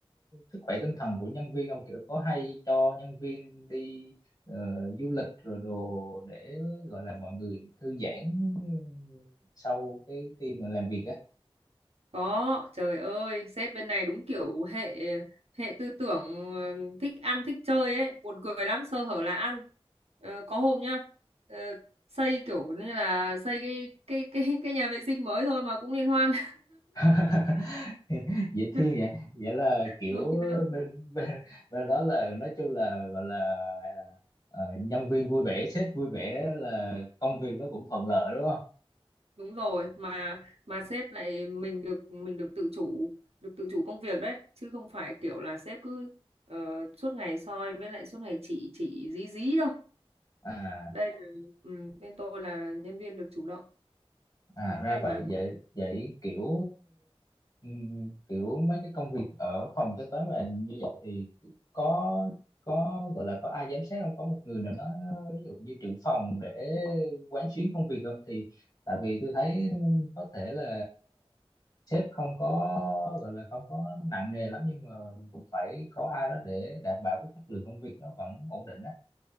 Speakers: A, on the left (about 40°); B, on the right (about 80°).
A: sức khỏe tinh thần của nhân viên không kiểu có hay cho nhân viên đi ờ, du lịch rồi đồ để gọi là mọi người thư giãn sau cái khi mà làm việc á
B: Có, trời ơi, sếp bên này đúng kiểu hệ hệ tư tưởng ờ, thích ăn thích chơi ấy, buồn cười lắm, sơ hở là ăn. Ờ, có hôm nhá, ờ, xây kiểu như là xây cái cái cái <laughs> cái nhà vệ sinh mới thôi mà cũng liên hoan.
A: <laughs> dễ thương
B: <laughs>
A: vậy vậy là kiểu
B: Buồn cười lắm.
A: bên bên bên đó là nói chung là gọi là ờ, nhân viên vui vẻ sếp vui vẻ là công
B: Ừ,
A: việc nó cũng thuận lợi đúng không
B: Đúng rồi, mà mà sếp lại mình được mình được tự chủ, được tự chủ công việc đấy, chứ không phải kiểu là sếp cứ ờ, suốt ngày soi với lại suốt ngày chỉ chỉ dí dí đâu.
A: à
B: Đây là ừ, bên tôi là nhân viên được chủ động
A: à
B: cũng hay
A: ra vậy
B: mà
A: vậy vậy kiểu ừm, kiểu mấy cái công việc ở phòng kế toán mà như vậy thì có có gọi là có ai giám sát không có một người nào đó ví dụ như trưởng phòng để quán xuyến công việc không thì tại vì tôi thấy có thể là sếp không có gọi là không có nặng nề lắm nhưng mà mình cũng phải có ai đó để đảm bảo cái chất lượng công việc nó vẫn ổn định á